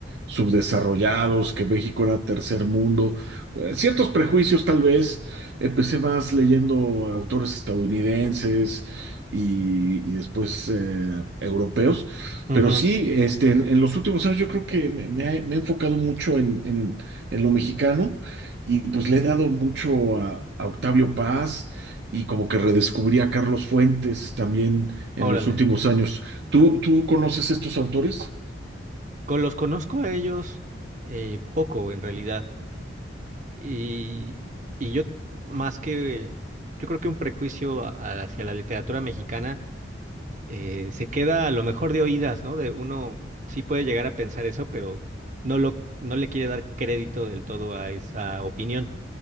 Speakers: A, on the right; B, on the right.
A: subdesarrollados, que México era tercer mundo, eh, ciertos prejuicios tal vez, empecé más leyendo autores estadounidenses. Y, y después eh, europeos,
B: Ujú,
A: pero sí, este, en, en los últimos años yo creo que me, me ha- me he enfocado mucho en, en en lo mexicano y pues le he dado mucho a, a Octavio Paz y como que redescubrí a Carlos Fuentes también en
B: Órale.
A: los últimos años. ¿Tú, tú conoces estos autores?
B: Con los conozco a ellos eh, poco, en realidad. Y, y yo, más que, yo creo que un prejuicio a- hacia la literatura mexicana eh, se queda a lo mejor de oídas, ¿no? De uno sí puede llegar a pensar eso, pero no lo, no le quiere dar crédito del todo a esa opinión.